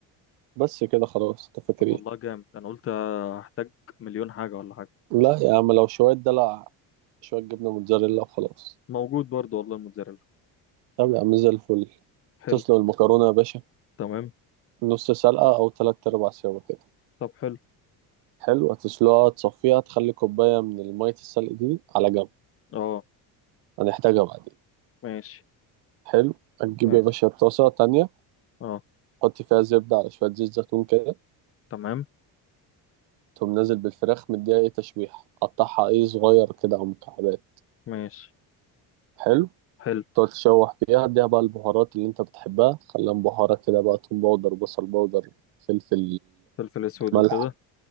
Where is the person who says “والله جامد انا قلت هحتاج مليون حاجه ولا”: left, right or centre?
Left